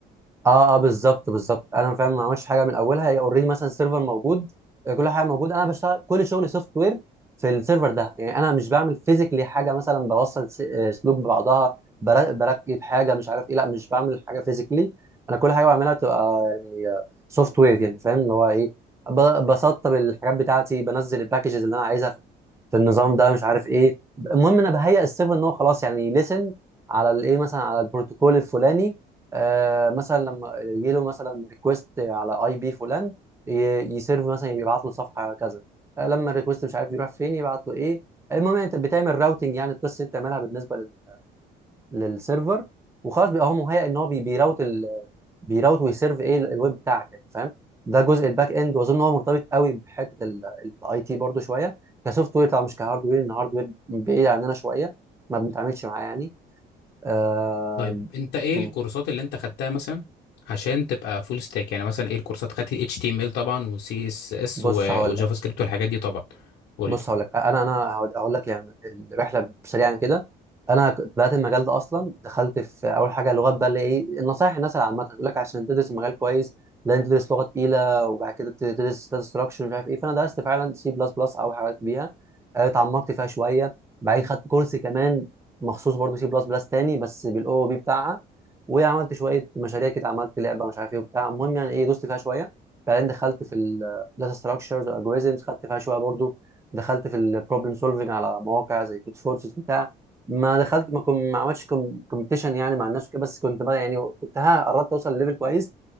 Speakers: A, on the right; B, on the left.
A: اه اه بالظبط بالظبط انا فاهم ما عملش حاجه من اولها هي اوريدي مثلا السيرفر موجود آه، كل حاجه موجوده انا بشتغل كل شغلي سوفت وير في السيرفر ده يعني انا مش بعمل فيزيكلي حاجه مثلا بوصل س- آه، سلوك ببعضها بر- بركب حاجه مش عارف ايه لا مش بعمل حاجه فيزيكلي انا كل حاجه بعملها تبقى يعني سوفت وير يعني فاهم اللي هو ايه ب- بسطب الحاجات بتاعتي بنزل الباكجز اللي انا عايزها في في النظام ده مش عارف ايه المهم انا بهيئ السيرفر ان هو خلاص يعني ليسن على الايه مثلا على البروتوكول الفلاني آه مثلا لما يجي له مثلا ريكوست على اي بي فلان ي- يسيرف مثلا يبعت له صفحه كذا آه لما الريكوست مش عارف يروح فين يبعت له ايه المهم انت بتعمل راوتنج يعني القصه دي بتعملها بالنسبه لل... للسيرفر وخلاص بيبقى هو مهيئ ان هو بي- بيراوت ال... بيراوت ويسيرف ايه ال- الويب بتاعك يعني فاهم ده جزء الباك اند واظن هو مرتبط قوي بحته الاي تي برضو شويه كسوفت وير طبعا مش كهارد وير ان هارد وير بعيد عننا شويه ما بنتعاملش معاه يعني آه...
B: طيب انت ايه
A: م.
B: الكورسات اللي انت خدتها مثلا عشان تبقى فول ستاك يعني مثلا ايه الكورسات خدت اتش تي ام ال طبعا وسي اس اس
A: بص
B: وجافا
A: هقول لك
B: سكريبت والحاجات دي طبعا قول
A: بص
B: لي
A: هقول لك انا انا هقول لك يعني الرحله سريعا كده انا كنت بدات المجال ده اصلا دخلت في اول حاجه لغات بقى اللي ايه النصايح الناس العامه يقول لك عشان تدرس المجال كويس لازم تدرس لغه تقيله وبعد كده ت- تدرس داتا ستراكشر مش عارف ايه فانا درست فعلا سي بلس بلس او حاجات بيها آه، اتعمقت فيها شويه بعدين خدت كورس كمان مخصوص برضو سي بلس بلس تاني بس بالاو بي بتاعها وعملت شويه مشاريع كده عملت لعبه مش عارف ايه وبتاع المهم يعني ايه دوست فيها شويه بعدين دخلت في الداتا ستراكشرز والجوريزمز خدت فيها شويه برضو دخلت في البروبلم سولفنج على مواقع زي كود فورسز بتاع ما دخلت ما كنت ما عملتش كومبيتيشن يعني مع الناس وكده بس كنت بقى يعني كنت ها قربت اوصل لليفل كويس